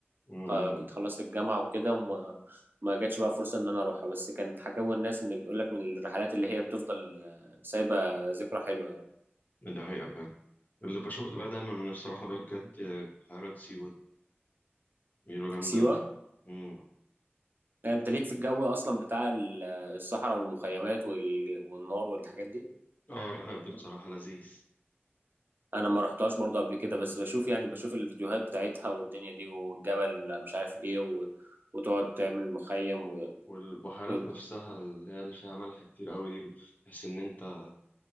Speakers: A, on the left; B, on the right.
A: مم.
B: خ- كنت خلصت الجامعه وكده وما ما جاتش بقى فرصه ان انا اروحها بس كانت حكاوي الناس ان بيقول لك من الرحلات اللي هي بتفضل آه، سايبه ذكرى حلوه يعني
A: ده حقيقة فعلا اللي بشوفه بقى دايما أنا نفسي أروحها بقى بجد آه، بحيرات سيوة دي بيقولوا جامدة
B: سيوه
A: أوي مم.
B: يعني انت ليك في الجو اصلا بتاع ال- الصحراء والمخيمات وال... والنار والحاجات دي
A: أه بحب بصراحة لذيذ
B: انا ما رحتهاش برضه قبل كده بس بشوف يعني بشوف الفيديوهات بتاعتها والدنيا دي والجبل مش عارف ايه و... وتقعد تعمل مخيم و...
A: والبحيرات
B: و...
A: نفسها اللي هي اللي فيها ملح كتير أوي دي تحس إن أنت